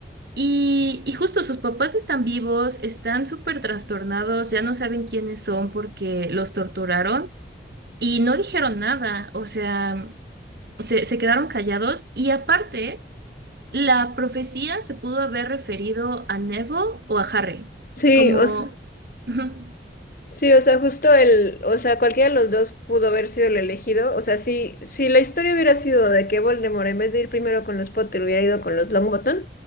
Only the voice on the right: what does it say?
Y, y justo sus papás están vivos, están súper trastornados, ya no saben quiénes son porque los torturaron y no dijeron nada, o sea, se, se quedaron callados y aparte, la profecía se pudo haber referido a Neville o a Harry,
como...
Ujú,